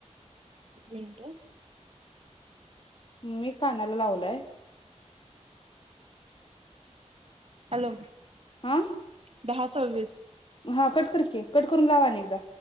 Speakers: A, on the right (about 55°); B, on the left (about 45°).
A: मिनटं?
B: मी कानाला लावलाय-
A: हॅलो.
B: हा
A: दहाच. सव्वीस-
B: हा कट करकी, कट करून लाव आणि एकदा.